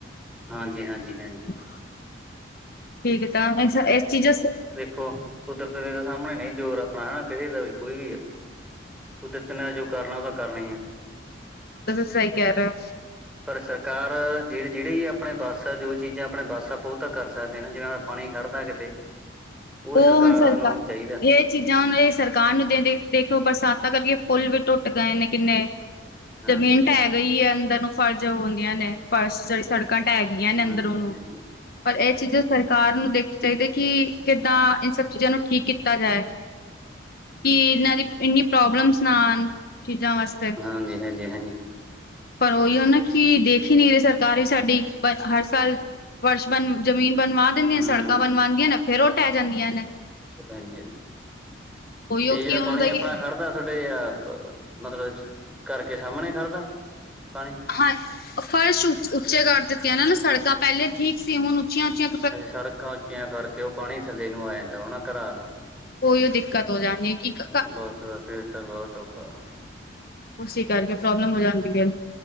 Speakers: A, in the centre; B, on the left.
A: ਹਾਂਜੀ -ਹਾਂਜੀ- ਹਾਂਜੀ।
B: <inaudible> ਠੀਕ ਏਦਾ ਤਾਂ ਏਸ ਚੀਜ਼ਸ
A: ਖੋ, ਕੁਦਰਤ ਦੇ ਤਾਂ ਸਾਹਮਣੇ ਨਹੀਂ ਜ਼ੋਰ ਆਪਣਾ ਹੈਣਾ, ਕਿਹੇ ਦਾ ਵੀ, ਕੋਈ ਵੀ ਆ। ਕੁਦਰਤ ਨੇ ਜੋ ਕਰਨਾ, ਉਹ ਤਾਂ ਕਰਨਾ ਹੀ ਆ।
B: ਤੁਸੀਂ ਸਹੀ ਕਹਿ ਰਹੇ ਓ।
A: ਪਰ ਸਰਕਾਰ, ਜਿਹੜੀ, ਜਿਹੜੇ ਆਪਣੇ ਬੱਸ ਆ, ਜੋ ਚੀਜ਼ਾਂ ਆਪਣੇ ਬੱਸ ਆ, ਆਪਾਂ ਉਹ ਤਾਂ ਕਰ ਸਕਦੇ ਹਾਂ, ਜਿਵੇਂ ਪਾਣੀ ਖੜਦਾ ਕਿਤੇ ਉਹ
B: ਓ, ਹੁਨ ਸਰਕਾਰ
A: ਨੂੰ ਚਾਹੀਦਾ
B: ਏਕ ਚੀਜ਼ਾਂ ਨੇ ਸਰਕਾਰ ਨੂੰ ਦਿੰਦੇ, ਦੇਖਿਓ ਬਰਸਾਤਾਂ ਕਰਕੇ ਫੂਲ ਵੀ ਟੁੱਟ ਗਏ ਨੇ ਕਿੰਨੇ।
A: ਹਾਂਜੀ-ਹਾਂਜੀ
B: ਜ਼ਮੀਨ ਢਹਿ ਗਈ ਹੈ, ਅੰਦਰ ਨੂੰ ਫ਼ਰਜ਼ ਆਉਂਦੀਆਂ ਨੇ ਫਰਸ਼'ਚ ਸੜਕਾਂ ਢਹਿ ਗਈਆਂ
A: ਹਾਂਜੀ
B: ਨੇ, ਅੰਦਰ ਓਨੂੰ।
A: ਹਾਂਜੀ
B: ਪਰ ਇਹ ਚੀਜ਼ਾਂ ਸਰਕਾਰ ਨੂੰ, ਦੇਖ ਚਾਹੀਦੇ ਕਿ ਦਾਂ ਈਨ ਸਭ ਚੀਜ਼ਾਂ ਨੂੰ, ਠੀਕ ਕੀਤਾ ਜਾਏ। ਕਿ ਇਹਨਾਂ ਦੀ ਇੰਨੀ ਪ੍ਰੋਬਲਮਸ ਨਾ ਆਨ, ਚੀਜ਼ਾਂ ਵਾਸਤੇ।
A: ਹਾਂਜੀ, ਹਾਂਜੀ, ਹਾਂਜੀ।
B: ਪਰ ਉਹੀਓ ਨਾ ਕਿ, ਦੇਖ ਹੀ ਨਹੀਂ ਰਹੀ ਸਰਕਾਰ ਵੀ ਸਾਡੀ। ਪਰ, ਹਰ ਸਾਲ ਫਰਸ਼ ਬਨ ਜ਼ਮੀਨ ਬਣਵਾ ਦਿੰਦੀਆਂ,
A: ਹਮ
B: ਸੜਕਾਂ ਬਣਵਾਂਦੀਆਂ ਨੇ ਫਿਰ ਉਹ ਢਹਿ ਜਾਂਦੀਆਂ ਨੇ।
A: ਅੱਛਾ ਭੈਣ ਜੀ,
B: ਉਹੀਓ
A: ਤੇ ਜਿਹੜਾ
B: ਕੀ ਹੁੰਦਾ
A: ਪਾਣੀ ਆਪਣਾ
B: ਕਿ
A: ਖੜਦਾ ਤੇ ਅਂ ਮਤਲਬ, ਘਰਕੇ ਸਾਹਮਣੇ ਖੜਦਾ ਪਾਣੀ?
B: ਹਾਂ, ਫਰਸ਼ ਉ, ਉੱਚੇ ਕਰ ਦਿੱਤੀਆਂ ਨ ਨਾ ਸੜਕਾਂ, ਪਹਿਲੇ ਠੀਕ ਸੀ, ਹੁਣ ਉੱਚੀਆਂ-ਉੱਚੀਆਂ
A: ਅ ਸੜਕਾਂ ਉੱਚੀਆਂ ਕਰਕੇ, ਉਹ ਪਾਣੀ ਥੱਲੇ ਨੂੰ ਆਇਆਂ ਦਾ ਹੋਣਾ ਘਰਾਂ ਵੱਲ ਨੂੰ।
B: ਉਹੀ ਓ ਦਿੱਕਤ ਹੋ ਜਾਂਣੀ, ਕਿ ਕ
A: ਬਸ-ਬਸ, ਫਿਰ ਤਾਂ ਬਹੁਤ ਔਖਾ।
B: ਉਸੀ ਕਰਕੇ ਪ੍ਰੌਬਲਮ ਹੋ ਜਾਂਦੀ ਏ।